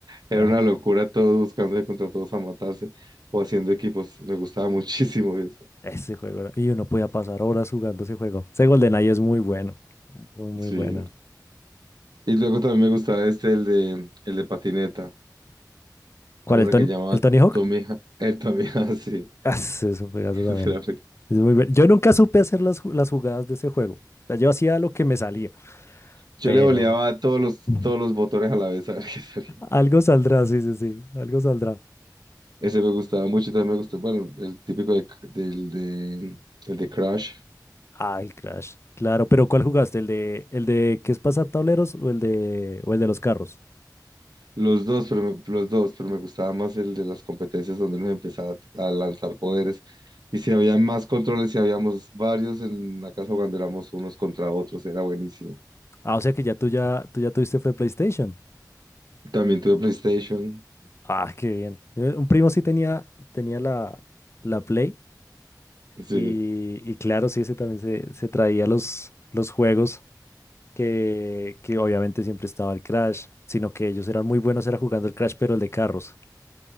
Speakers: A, on the right; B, on the left.
A: Era
B: era
A: una
B: genial.
A: locura todos buscándose contra todos a matarse o haciendo equipos. Me gustaba <laughs> muchísimo eso.
B: Ese juego era- Y uno podía pasar horas jugando ese juego. Ese GoldenEye es muy bueno, muy, muy
A: Sí.
B: bueno.
A: Y luego también me gustaba este, el de, el de patineta.
B: ¿Cuál?
A: ¿Cómo
B: ¿El,
A: era
B: Ton-
A: que llamaba?
B: el Tony Hawk?
A: Tommy.
B: <laughs>
A: Ha- El Tommy, <laughs> sí.
B: Ah, ese es un juegazo también.
A: Ese era muy-
B: Es muy bueno. Yo nunca supe hacer las, ju- las jugadas de ese juego. O sea, yo hacía lo que me salía,
A: Yo
B: pero
A: le voleaba a todos los,
B: <laughs>
A: todos los botones a la vez a ver qué salía.
B: algo saldrá, sí, sí, sí, algo saldrá.
A: Ese me gustaba mucho y también me gustó. Bueno, el típico de, del de, el de Crash.
B: Ah, el Crash. Claro, pero ¿cuál jugaste? ¿El de el de qué es pasar tableros o el de o el de los carros?
A: Los dos, pero me, los dos, pero me gustaba más el de las competencias donde nos empezaba a a lanzar poderes. Y si había más controles, si habíamos varios en la casa cuando éramos unos contra otros, era buenísimo.
B: Ah, o sea que ya tú ya tú ya tuviste fue PlayStation.
A: También tuve PlayStation.
B: Ah, qué bien. Eh, Un primo sí tenía tenía la la Play
A: Sí,
B: y, y claro, sí, ese también se, se traía los los juegos. que, que obviamente siempre estaba el Crash, sino que ellos eran muy buenos, era jugando el Crash, pero el de carros.